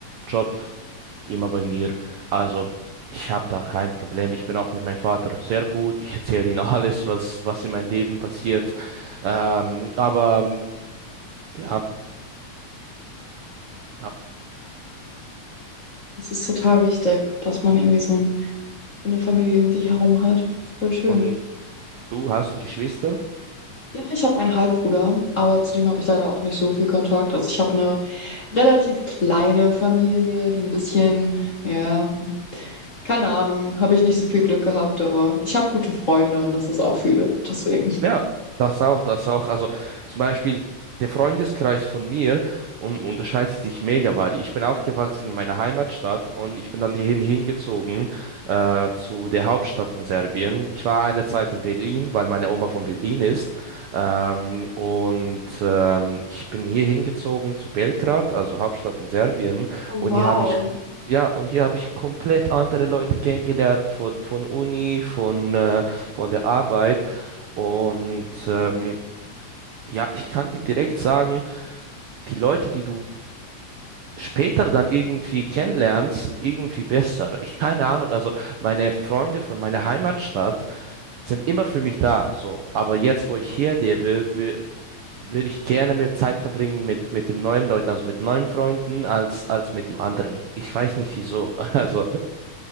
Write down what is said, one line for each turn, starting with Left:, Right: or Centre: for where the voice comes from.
Right: Job immer bei mir. Also ich habe da kein Problem. Ich bin auch mit meinem Vater sehr gut. Ich erzähle ihm alles, was, was in meinem Leben passiert. Ähm, aber ähm, ja, ja.
Left: Das ist total wichtig, dass man irgendwie so, ein, so eine Familie um sich herum hat. Voll schön.
Right: Und du, hast du Geschwister?
Left: Ja, ich habe einen Halbbruder, aber zu dem habe ich leider auch nicht so viel Kontakt. Also ich habe eine relativ kleine Familie, die ein bisschen, ja, keine Ahnung, habe ich nicht so viel Glück gehabt, aber ich habe gute Freunde und das ist auch viel wert, deswegen.
Right: Ja, das auch, das auch. Also zum Beispiel der Freundeskreis von mir un- unterscheidet sich mega, weil ich bin aufgewachsen in meiner Heimatstadt und ich bin dann hierhin hingezogen äh, zu der Hauptstadt von Serbien. Ich war eine Zeit in Berlin, weil meine Oma von Berlin ist. Ähm, und ähm, ich bin hier hingezogen zu Belgrad, also Hauptstadt von Serbien.
Left: Oh,
Right: Und
Left: wow,
Right: hier habe ich kom- Ja, und hier habe ich komplett andere Leute kennengelernt von, von Uni, von, äh, von der Arbeit. Und ähm, ja, ich kann dir direkt sagen, die Leute, die du später dann irgendwie kennenlernst, sind irgendwie besser. Ich keine Ahnung, also meine Freunde von meiner Heimatstadt sind immer für mich da, so. Aber jetzt, wo ich hier lebe, wi- würde ich gerne mehr Zeit verbringen mit mit den neuen Leuten, also mit neuen Freunden, als als mit dem anderen. Ich weiß nicht wieso. <laughs> Also,